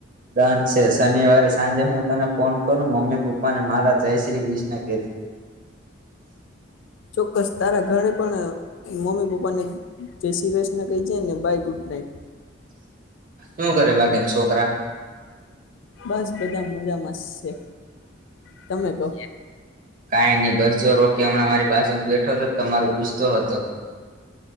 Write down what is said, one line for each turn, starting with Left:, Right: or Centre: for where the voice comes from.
Right: ડન છે શનિવારે સાંજે હું તને ફોન કરું મમ્મી પપ્પા ને મારા જય શ્રી કૃષ્ણ કેહ જે. <inaudible>
Left: ચોક્કસ તારા ઘરે પણ મમ્મી પપ્પા ને જય શ્રી કૃષ્ણ કહી જે ને ભાઈ ગૂડ નાઈટ.
Right: શું કરે બાકી ન છોકરા?
Left: બસ બધા મજામાંશે તમે કો?
Right: કાંઈ નહી બસ જો રોકી હમણાં મારી બાજુ બેઠો હતો તમારો પૂછતો હતો. <inaudible>